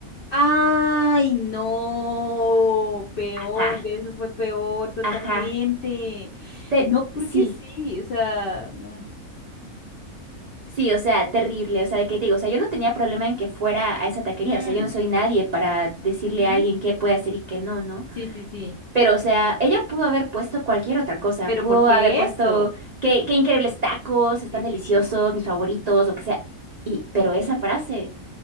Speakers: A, on the left; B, on the right.
A: Ay, no, peor,
B: Ajá,
A: eso fue peor totalmente.
B: ajá. Te-
A: No, porque
B: sí,
A: sí, o sea, no.
B: sí, o sea, terrible. O sea, de qué te digo, o sea, yo no tenía problema en que fuera a esa taquería.
A: Mm,
B: O sea, yo no soy nadie para decirle
A: ujú.
B: a alguien qué puede hacer y qué no, ¿no?
A: Sí, sí, sí.
B: Pero, o sea, ella pudo haber puesto cualquier otra cosa.
A: Pero
B: Pudo
A: porque
B: haber puesto
A: eso?
B: qué, qué increíbles tacos, están
A: Sí, sí,
B: deliciosos,
A: sí.
B: mis favoritos, lo que sea. Y, pero
A: Ujú,
B: esa frase,